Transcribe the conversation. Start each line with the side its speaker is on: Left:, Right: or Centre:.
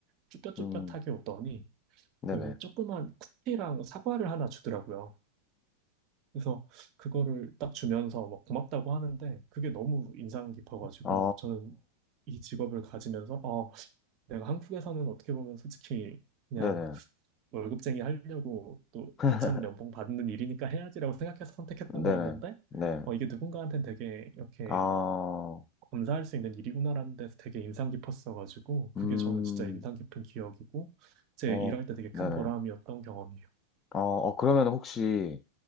Right: 쭈뼛쭈뼛하게
Left: 음,
Right: 오더니
Left: 네네.
Right: 그 조그만 쿠키랑 사과를 하나 주더라고요. 그래서 그거를 딱 주면서 막 고맙다고 하는데 그게 너무 인상 깊어가지고
Left: 아,
Right: 저는 이 직업을 가지면서 어, 내가 한국에서는 어떻게 보면 솔직히 그냥
Left: 네네.
Right: 월급쟁이 하려고 또
Left: <laughs>
Right: 괜찮은 연봉 받는 일이니까 해야지라고 생각해서 선택했던
Left: 네네,
Right: 거였는데
Left: 네.
Right: 어, 이게 누군가한테는 되게 이렇게
Left: 아,
Right: 감사할 수 있는 일이구나라는 데서 되게 인상 깊었어가지고
Left: 음,
Right: 그게 저는 진짜 인상 깊은 기억이고 제
Left: 어,
Right: 일할 때 되게
Left: 네네.
Right: 큰 보람이었던 경험이에요.
Left: 어, 어, 그러면 혹시